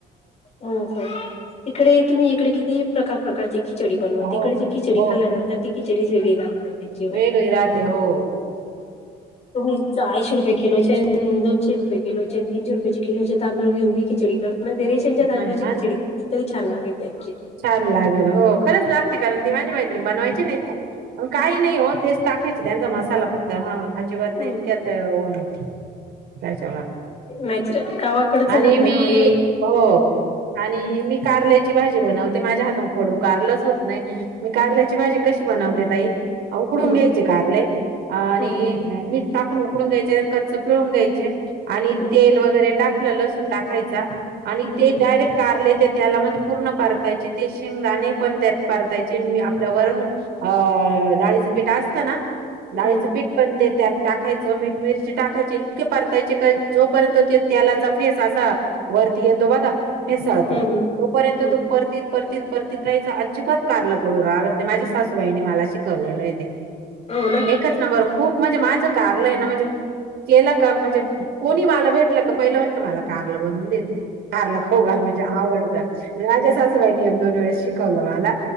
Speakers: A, on the left; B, on the right.
A: हो हो <inaudible> तिकडे तुम्ही इकडे किती प्रकार प्रकारची खिचडी बनवा
B: हो
A: तिकडे जे खिचडी
B: हो
A: खाल्ल्यानंतर ती खिचडीच वेगळी लागते
B: वेगळी राहते हो.
A: तुम्ही <inaudible> चाळीस रुपये किलो दोनशे रुपे किलो आणि तीनशे रुयाेचे किलोचे तांदूळ घेऊनी खिचडी करून म- देररीशनच्या तांदळाची
B: नाही आणि
A: खिचिडी करतील तरी छान लागेल त्यांची
B: छान लागेल हो खरंच लागते कारण ती माझी मैत्रीण बनवायची नाही काही नाही हो तेच टाकायचे त्यांचा मसाला फक्त हा अजिबात
A: हम्म
B: नाही इतक्यात हो अ- <unintelligible> च
A: नॅचरल गावाकडच
B: आणि
A: राहतं
B: मी
A: ना हे एक
B: हो आणि मी कारल्याची भाजी बनवते ते माझ्या हातून खडू कारलच होत नाही मी कारल्याची भाजी कशी बनवते ताई उकडून
A: हम्म
B: घ्यायचे कारले आणि
A: हम्म
B: टाकून उकडून घ्यायचे कच्च पिळून घ्यायचे आणि
A: हम्म
B: तेल वगैरे टाक लसुन टाकायचा आणि
A: हम्म
B: ते डायरेक् कारले त्याला पूर्ण खायचे ते शेंगदाणे पण त्यात पारतायचे मी आपल्या वरुन <inaudible> असतं डाळीचं पिठ असत ना डाळीचं
A: हम्म
B: पीठ पण ते त्यात टाकायचं मीठ मिरची टाकायची इतके पार जोपर्यंत त्यालाचा फेस असा वरती येतो बघा फेसाळत
A: हम्म हम्म
B: तोपर्यंत
A: हम्म
B: तो परतीत परतीत परतीत राहायचा अजिबात कारला पडू राहगत नाही माझ्या सासबाईनी मला शिकवलाय
A: हो ना
B: एकच नंबर खूप म्हणजे माझं कारल आहे ना म्हणजे केलं का म्हणजे कोणी मला भेटलं का पहिल्या म्हणतं मला कारला बनवून देत जा कारल खाऊ घाल म्हणजे आवडतं माझ्या सासूबाईनी एक दोन वेळी शिकवलं मला